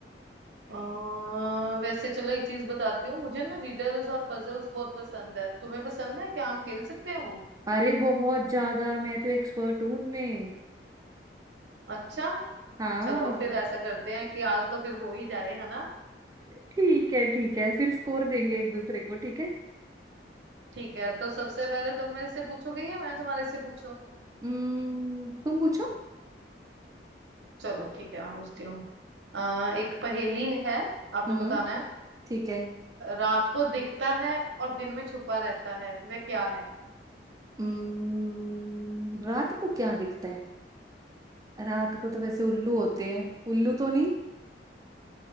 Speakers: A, on the right; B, on the right.
A: अह, वैसे चलो एक चीज बताती हूँ मुझे ना रिडल्स और पजल्स बहुत पसंद है तुम्हें पसंद है क्या हम खेल सकते हैं वो
B: अरे बहुत ज्यादा मैं तो एक्सपर्ट हूँ उनमें
A: अच्छा
B: हाँ
A: चलो फिर ऐसा करते हैं कि आज तो फिर हो ही जाए है ना
B: ठीक है ठीक है फिर स्कोर देंगे एक दूसरे को ठीक है
A: ठीक है तो सबसे पहले तुम मेरे से पूछोगे या मैं तुम्हारे से पूछूं
B: हम्म तुम पूछो
A: चलो ठीक है मैं पूछती हूँ अह, एक पहेली है आपने
B: हम्म
A: बताना है
B: ठीक है
A: रात को दिखता है और दिन में छुपा रहता है वह क्या है
B: हम्म रात को क्या दिखता है रात को तो वैसे उल्लू होते हैं उल्लू तो नहीं